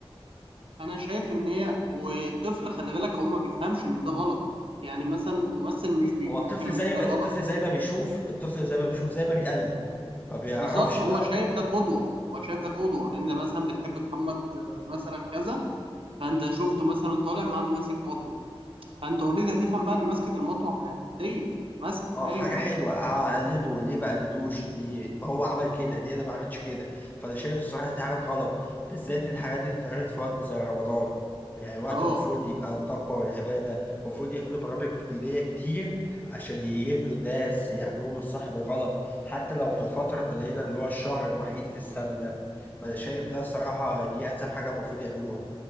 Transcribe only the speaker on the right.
انا شايف ان هي والطفل خلي بالك هو ما بيفهمش ان ده غلط يعني مثلا الممثل مش بيفهم
ان
ده غلط
بالظبط هو
شايف ده قدوة هو شايف ده قدوة ان مثلا بتحب محمد آه، مثلا كذا فانت شفته مثلا طالع معاه ماسك مطوة فانت اوريدي هتفهم بقى ان ماسكة المطوة ح- عادية ماسك
عادي
اه